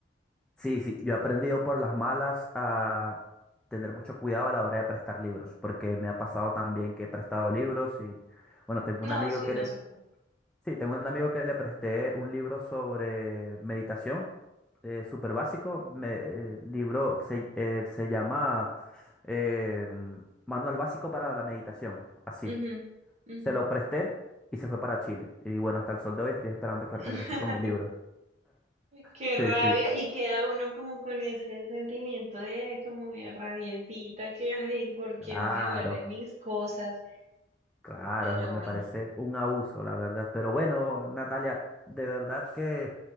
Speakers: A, in the centre; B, on the right (about 40°).
A: Sí, sí, yo he aprendido por las malas a tener mucho cuidado a la hora de prestar libros, porque me ha pasado también que he prestado libros y, bueno, tengo
B: No,
A: un amigo
B: sí,
A: que
B: no
A: le,
B: se puede.
A: sí, tengo un amigo que le presté un libro sobre meditación, eh, súper básico, me, eh, libro que se, eh, se llama eh, Manual Básico para la Meditación, así.
B: Ujú, ujú.
A: Se lo presté y se fue para Chile. Y bueno, hasta el sol de hoy estoy esperando que
B: Ay,
A: regrese con mi libro.
B: qué
A: Sí,
B: rabia.
A: sí.
B: Y queda uno como con ese sentimiento de como de rabiecita que, ay, ¿por qué
A: Claro.
B: no me devuelven mis cosas?
A: Claro,
B: Pero
A: eso me
B: bueno,
A: parece un abuso, la verdad. Pero bueno, Natalia, de verdad que